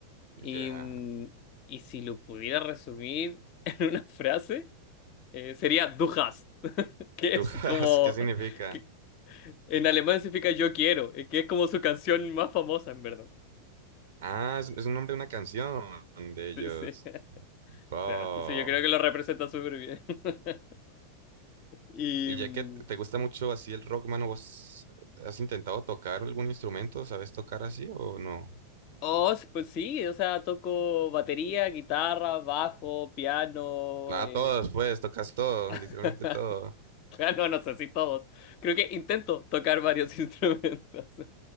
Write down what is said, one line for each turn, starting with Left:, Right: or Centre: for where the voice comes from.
Left: Y,
Right: Ya.
Left: mm, y si lo pudiera resumir <laughs> en una frase eh, sería Du hast, <laughs> que
Right: ¿Tujas?
Left: es como,
Right: <laughs> ¿Qué significa?
Left: que en alemán significa yo quiero, eh, que es como su canción más famosa en verdad.
Right: Ah, es, es un nombre de una canción de ellos.
Left: Sí, sí. <laughs>
Right: Wow.
Left: Claro, entonces yo creo que lo representa súper bien. <laughs> Y,
Right: Y
Left: mm,
Right: ya que te gusta mucho así el rock, mano, ¿vos has intentado tocar algún instrumento? ¿Sabes tocar así o no?
Left: oh, s- pues sí, o sea, toco batería, guitarra, bajo, piano,
Right: Ah,
Left: eh,
Right: todos, pues, tocas todo,
Left: <laughs>
Right: literalmente todo.
Left: piano, no sé si todos. Creo que intento tocar varios <laughs> instrumentos.